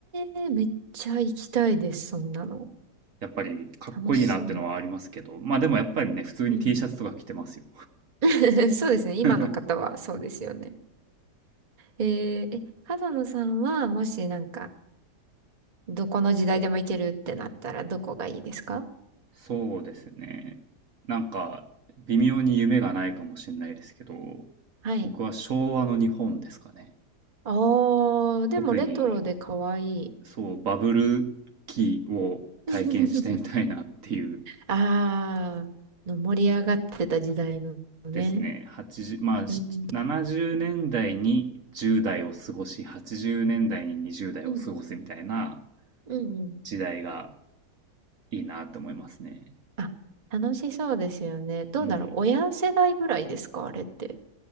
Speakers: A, on the right (about 30°); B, on the right (about 55°).
A: ー、めっちゃ行きたいです、そんなの。
B: やっぱり、かっこいいなってのはありますけど、
A: 楽しそ
B: まあでもやっぱりね、普通に
A: う。うん。
B: T シャツとか着てますよ。
A: <laughs> そうですね、今の方はそうですよね。
B: <laughs>
A: えー、え、角野さんはもしなんかどこの時代でも行けるってなったらどこがいいですか
B: そうですね。なんか、微妙に夢がないかもしれないですけど、
A: はい。
B: 僕は昭和の日本ですかね。
A: あー、でもレトロで可愛い。
B: 特に、そう、バブル期を体験してみたいなっていう
A: <laughs> あー、の盛り上がってた時代のね。
B: ですね。80、まあ、
A: うん。
B: し70年代に10代を過ごし、80年代に20代を過ごすみたいな
A: うん。うんうん。
B: 時代がいいなと思いますね。
A: あ、楽しそうですよね。どうだろう。
B: うん。
A: 親世代ぐらいですかあれって。